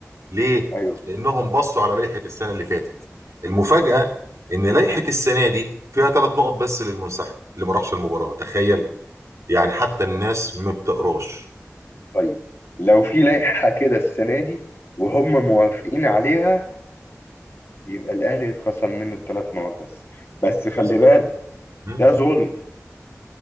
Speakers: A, on the right (about 65°); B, on the left (about 50°).
A: ليه؟
B: ايوه
A: لانهم بصوا على لائحه السنه اللي فاتت المفاجاه ان لائحه السنه دي فيها ثلاث نقط بس للمنسحب اللي ما راحش المباراه تخيل يعني حتى الناس ما بتقراش
B: طيب لو في لائحة كده السنة دي وهم موافقين عليها يبقى الأهلي يتخصم منه الثلاث نقط بس بس خلي
A: بالظبط
B: بالك
A: مم.
B: ده ظلم